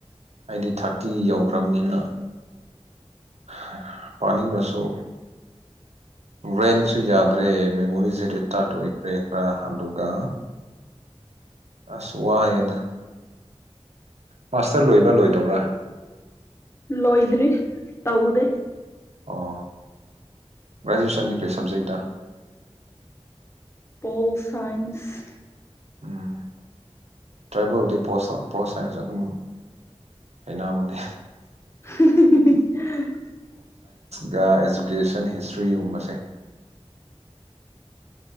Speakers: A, on the right; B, on the left.
A: ꯑꯩꯗꯤ ꯊꯥꯔꯇꯤ ꯌꯧꯈ꯭ꯔꯝꯅꯤꯅ ꯍꯥ ꯄꯥꯅꯤꯡꯔꯁꯨ ꯕ꯭ꯔꯦꯟꯁꯨ ꯌꯥꯗ꯭ꯔꯦ ꯃꯦꯃꯣꯔꯤꯁꯦ ꯔꯤꯇꯥꯔꯠ ꯑꯣꯏꯈ꯭ꯔꯦ ꯈꯔ ꯑꯗꯨꯒ ꯑꯁ ꯋꯥꯢꯌꯦꯗ ꯃꯥꯁꯇꯔ ꯂꯣꯏꯕ꯭ꯔ ꯂꯣꯏꯗꯕ꯭ꯔꯥ
B: ꯂꯣꯏꯗ꯭ꯔꯤ ꯇꯧꯗꯦ
A: ꯑꯣ ꯒ꯭ꯔꯦꯖꯨꯌꯦꯁꯟꯗꯤ ꯀꯩ ꯁꯕꯖꯦꯛꯇ
B: ꯄꯣꯜ ꯁꯥꯏꯟꯁ
A: ꯎꯝ ꯇ꯭ꯔꯥꯏꯕꯦꯜꯗꯤ ꯄꯣꯜ ꯁꯥ ꯄꯣꯜ ꯁꯥꯏꯟꯁ ꯑꯗꯨꯝ ꯍꯩꯅꯕꯅꯦ
B: ꯍꯤꯍꯤꯍꯤꯍꯤ ꯍꯥ
A: ꯒꯥ ꯑꯦꯖꯨꯀꯦꯁꯟ ꯍꯤꯁꯇ꯭ꯔꯤꯒꯨꯝꯕꯁꯦ